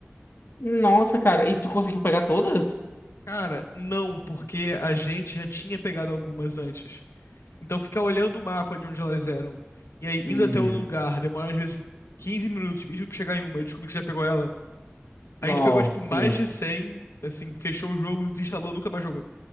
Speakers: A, on the left; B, on the left.
A: <laughs> Nossa, cara. E tu conseguiu pegar todas?
B: Cara, não, porque a gente já tinha pegado algumas antes. Então ficar olhando o mapa de onde elas eram. E aí,
A: Hum,
B: indo até o lugar, demora às vezes 15 minutos, 20 minutos pra chegar em uma e descobrir que você já pegou ela.
A: nossa,
B: A gente pegou, tipo,
A: sim.
B: mais de 100 assim, fechou o jogo, desinstalou, nunca mais jogou.